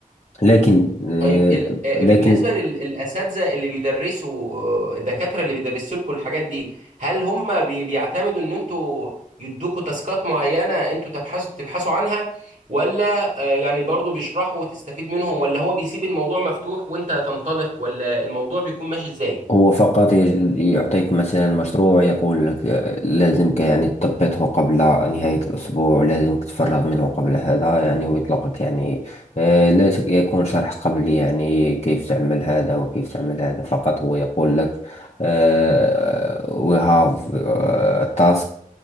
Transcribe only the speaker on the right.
طيب ال- آه،
بالنسبه للاساتذه اللي بيدرسوا آه، الدكاتره اللي بيدرسوا لكم الحاجات دي هل هم بي- بيعتمدوا ان انتوا يدوكوا تاسكات معينه انتوا تبحثوا تبحثوا عنها ولا آه، يعني برضو بيشرحوا وتستفيد منهم ولا هو بيسيب الموضوع مفتوح وانت تنطلق ولا الموضوع بيكون ماشي ازاي